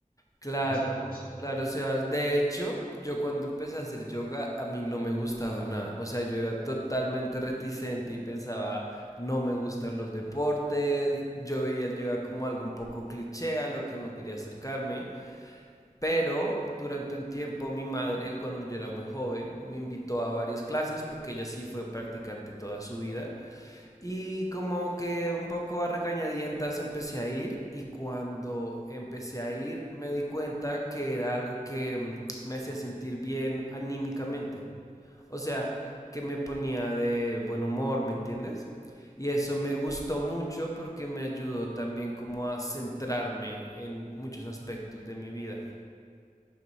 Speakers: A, on the left; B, on the right.
A: claro,
B: con esas cosas.
A: claro, Sebas. De hecho, yo cuando empecé a hacer yoga, a mí no me gustaba nada. O sea, yo era totalmente reticente y pensaba, no me gustan los deportes. Yo veía el yoga como algo un poco cliché, a lo que no quería acercarme. Pero durante un tiempo, mi madre, cuando yo era muy joven, me invitó a varias clases porque ella sí fue practicante toda su vida. Y como que un poco a regañadientas empecé a ir y cuando empecé a ir me di cuenta que era algo que mm, me hacía sentir bien anímicamente. O sea, que me ponía de buen humor, ¿me entiendes? Y eso me gustó mucho porque me ayudó también como a centrarme en muchos aspectos de mi vida.